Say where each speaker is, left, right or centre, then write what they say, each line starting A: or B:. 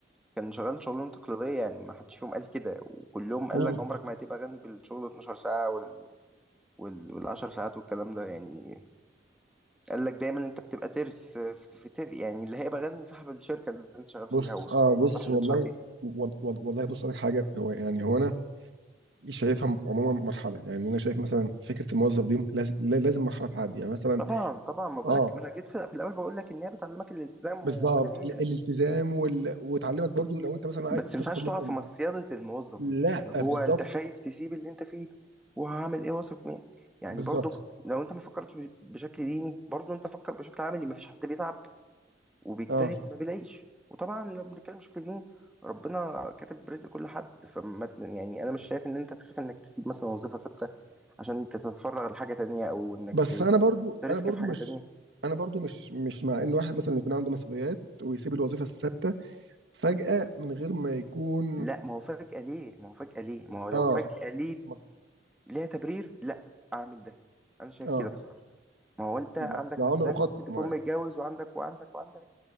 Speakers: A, in the centre; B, on the right (about 70°).
A: كان شغال شغلانه تقليديه يعني ما حدش فيهم قال كده وكلهم
B: امم
A: قال لك عمرك ما هتبقى غني بالشغل 12 ساعه وال وال وال10 ساعات والكلام ده يعني قال لك دايما انت بتبقى ترس آه، في في تر يعني اللي هيبقى غني صاحب الشركه اللي انت شغال
B: بص
A: فيها وصاحب
B: اه
A: المصلحه
B: بص
A: اللي
B: والله
A: انت شغال فيها
B: وال- وال- والله بص لك حاجه هو يعني هو انا شايفها عموما مرحله يعني انا شايف مثلا فكره الموظف دي لاز- لا- لازم مرحله تعدي يعني مثلا
A: طبعا طبعا ما بقولك
B: اه
A: ما انا جيت في الاول بقول لك ان هي بتعلمك الالتزام
B: بالظبط
A: وجميله
B: ال- الالتزام وال... وتعلمك برضو لو انت مثلا عايز
A: بس ما
B: تدخل
A: ينفعش
B: مثلا
A: تقع في مصيده الموظف
B: لا
A: دي اللي هو
B: آه، بالظبط
A: انت خايف تسيب اللي انت فيه وهعمل ايه واثق مين يعني
B: بالظبط
A: برضو لو انت ما فكرتش بش- بشكل ديني برضو انت فكر بشكل عملي ما فيش حد بيتعب وبيجتهد
B: اه
A: ما بيلاقيش وطبعا لو بنتكلم بشكل ديني ربنا كاتب رزق كل حد فما ت- يعني انا مش شايف ان انت تخاف انك تسيب مثلا وظيفه ثابته عشان انت تتفرغ لحاجه تانية او انك
B: بس
A: ت-
B: انا برضو
A: تريسك
B: انا برضو
A: في حاجه
B: مش
A: تانية
B: انا برضو مش مش مع ان واحد مثلا يكون عنده مسؤوليات ويسيب الوظيفه الثابته فجاه من غير ما يكون
A: لا ما هو فجأة ليه ما هو فجأة ليه ما هو لو
B: اه
A: فجأة ليه دي
B: ما-
A: ليها تبرير لا اعمل ده انا شايف
B: اه
A: كده بصراحة ما هو انت عندك
B: لا لا
A: مسؤوليات
B: عنده مخطط
A: وممكن تكون
B: معين
A: متجوز وعندك وعندك وعندك